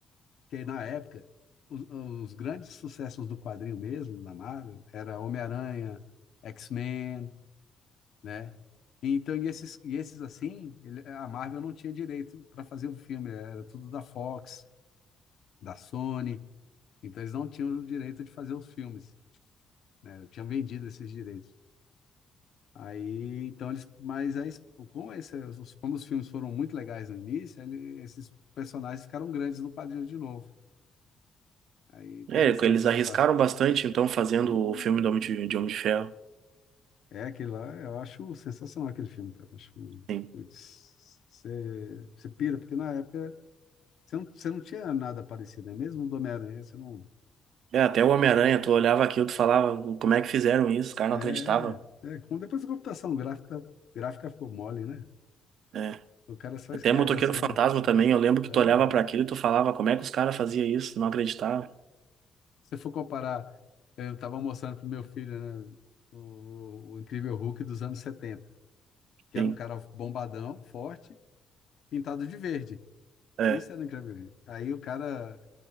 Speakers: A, on the left; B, on the right.
A: Porque na época, os, os grandes sucessos do quadrinho mesmo, da Marvel, era Homem-Aranha, X-Men, né? Então, e esses, e esses assim, ele- a Marvel não tinha direito para fazer o filme, era tudo da Fox, da Sony, então eles não tinham o direito de fazer os filmes, né? Tinham vendido esses direitos. Aí, então eles, mas aí, como, esse, os- como os filmes foram muito legais no início, ele- esses personagens ficaram grandes no quadrinho de novo. Aí, interessante
B: É, eles
A: essa
B: arriscaram
A: parte.
B: bastante, então, fazendo
A: Pô,
B: o filme do Homem de, de Homem de Ferro.
A: é aquele lá, eu acho sensacional aquele filme, cara. Acho,
B: Sim.
A: putz, você você pira, porque na época Você não, você não tinha nada parecido, né? Mesmo do Homem-Aranha, você não.
B: É, até o Homem-Aranha, tu olhava aquilo, tu falava, como é que fizeram isso? O cara
A: É,
B: não acreditava.
A: é. Como depois a computação gráfica, gráfica ficou mole, né?
B: É.
A: O cara só
B: Até
A: escreve
B: Motoqueiro
A: a cena.
B: Fantasma também, eu lembro que
A: É.
B: tu olhava pra aquilo e tu falava, como é que os caras faziam isso? Não acreditava.
A: Se for comparar, eu estava mostrando pro meu filho, né? O, o Incrível Hulk dos anos 70, que
B: Sim.
A: era um cara bombadão, forte, pintado de verde.
B: É.
A: Isso era o Incrível Hulk. Aí o cara,